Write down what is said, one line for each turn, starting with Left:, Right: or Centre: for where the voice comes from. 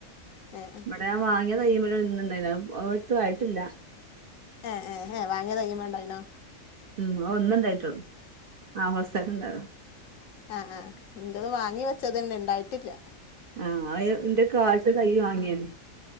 Left: ഏ
Right: ഇവടെ ഞാ വാങ്ങ്യെ തയ്യ്മ്മല് ഒന്ന്ണ്ടായിണ് അത് <unintelligible> ത്ത്വായിട്ടില്ല.
Left: ഏഹ് ഏഹ് എഹ് വാങ്ങ്യെ തയ്യ്മ്മേ ണ്ടായ്ണോ?
Right: ഉം അത് ഒന്ന് ണ്ടായിട്ടൊള്ളൂ ആഹ് ഫസ്റ്റായിട്ട്ണ്ടായതാ.
Left: ആഹ് ആഹ് ഇന്റെത് വാങ്ങി വെച്ചതെന്നെ ണ്ടായിട്ടില്ല.
Right: ആഹ് അത് ഇന്റെ കായ്ച്ച തയ്യ് വാങ്ങ്യേനി.